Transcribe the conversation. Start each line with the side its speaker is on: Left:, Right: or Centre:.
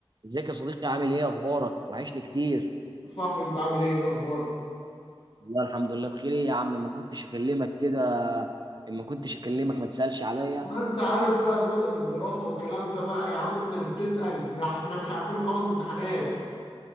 Right: ازيك يا صديقي عامل ايه اخبارك وحشني كتير
Left: صاحبي انت عامل ايه ايه الاخبار
Right: والله الحمد لله بخير ايه يا عم ما كنتش اكلمك كده ما كنتش اكلمك ما تسالش عليا
Left: ما انت عارف بقى زنقة الدراسة والكلام ده بقى يا عم انت اللي بتسأل ده احنا مش عارفين نخلص امتحانات